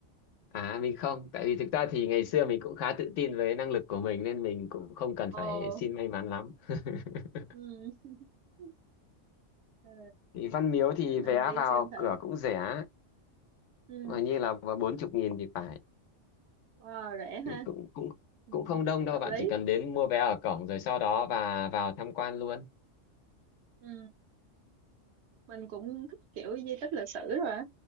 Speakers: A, on the left; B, on the right.
A: À mình không, tại vì thực ra thì ngày xưa mình cũng khá tự tin với năng lực của mình nên mình cũng không cần
B: Ồ,
A: phải xin may mắn lắm. <laughs>
B: ừ. <laughs> Ờ,
A: Thì Văn Miếu thì
B: để mình
A: vé
B: đi
A: vào
B: xem thử.
A: cửa cũng rẻ,
B: Ừ.
A: mà như là bốn chục nghìn thì phải,
B: Wow, rẻ ha.
A: thì cũng cũng
B: Ừ.
A: cũng không đông đâu,
B: Hợp
A: bạn
B: lý.
A: chỉ cần đến mua vé ở cổng rồi sau đó và vào tham quan luôn.
B: Ừ. Mình cũng thích kiểu di tích lịch sử rồi á.